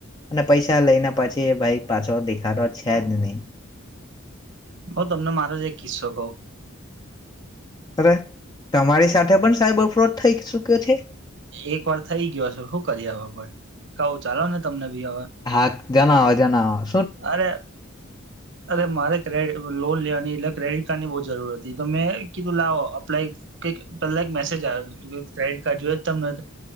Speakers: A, on the left; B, on the right.
A: અને પૈસા લઈને પછી ભાઈ પાછો દેખાતો છે જ નહી
B: બઉ તમને મારો જ એક કિસ્સો કવ
A: અરે તમારી સાથે પણ સાઈબર ફ્રોડ થઈ ચુક્યો છે
B: એક વાર થઈ ગયો છે શું કરીહુ કરીએ અવ પણ કઉું ચાલો ને તમને બી હવે
A: હા જનાવો જનાવો
B: અરે અરે મારેડ લોન લેવાની એટલે ક્રેડિટ કારડ બવ જરૂર હતી મેતો કીધું લાવો અપ્લાય કઈક પહેલા મેજ આવ કડિટ કાર્ડ જોય જ ત